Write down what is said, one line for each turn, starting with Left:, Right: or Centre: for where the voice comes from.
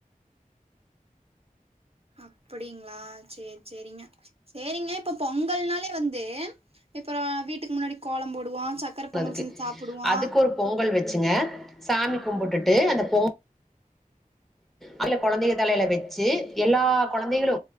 Right: அப்படிங்களா சேரி சேரிங்க. சேரிங்க இப்ப பொங்கல்னாலே வந்து இப்புறோ வீட்டுக்கு முன்னாடி கோலம் போடுவோ சக்கர
Centre: ப்ப
Right: பொங்கல்
Centre: அதுக்கு
Right: செஞ்சு சாப்புடுவோ
Centre: அதுக்கு ஒரு பொங்கல் வச்சுங்க சாமி கும்புட்டுட்டு அந்த பொங் அதுல கொழந்தைக தலைல வச்சு எல்லா கொழந்தைகளு